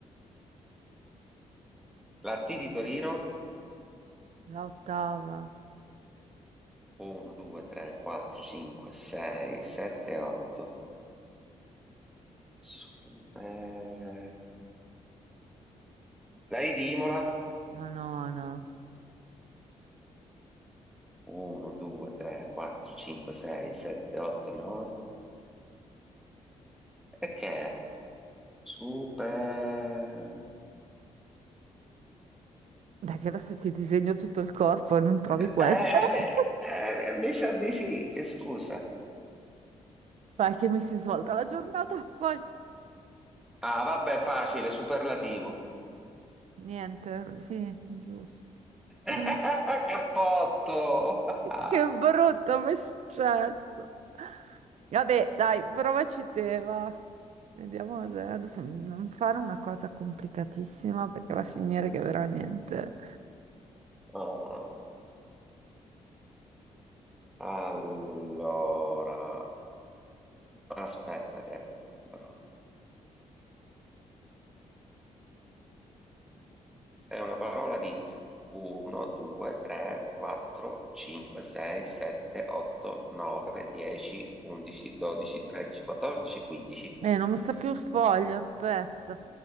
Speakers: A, in the centre; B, on the right.
A: la T di Torino,
B: la ottava,
A: 1, 2, 3, 4, 5, 6, 7, 8, Super- la I di Imola,
B: la nona.
A: 1, 2, 3, 4, 5, 6, 7, 8, 9, e che è? Super... <laughs>
B: Dai, che adesso ti disegno tutto il corpo e non trovi
A: Eh,
B: questo.
A: eh,
B: <laughs>
A: beh, eh, mi sa di sì, e scusa.
B: Vai, che mi si svolta la giornata. Poi,
A: Ah, vabbè, facile, superlativo.
B: niente, sì, giusto.
A: <laughs>
B: <laughs>
A: Cappotto!
B: Eh.
A: <laughs>
B: Che brutto, mi è successo. Vabbè, dai, provaci te, va. Vediamo se adesso non fare una cosa complicatissima perché va a finire che veramente.
A: Oh, Allora, aspetta che... però- È una parola di 1, 2, 3, 4, 5, 6, 7, 8, 9, 10, 11, 12, 13, 14, 15.
B: Eh, non mi sta più il foglio, aspetta.